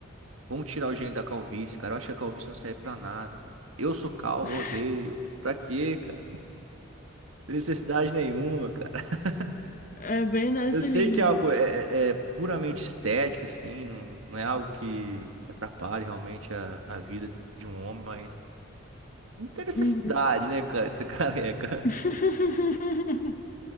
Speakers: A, on the right (about 90°); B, on the left (about 40°).
A: Vamos tirar o gene da calvície, cara. Eu acho que a calvície não serve pra nada. Eu sou calvo,
B: <laughs>
A: eu odeio. Pra quê, cara? Não tem necessidade nenhuma, cara. <laughs>
B: É bem nessa
A: Eu sei
B: linha.
A: que é algo é, é- é puramente estético, assim, não, não é algo que, que atrapalhe realmente a, a vida de um homem, mas não tem necessidade,
B: Uhum.
A: né, cara, de ser <laughs> careca.
B: <laughs>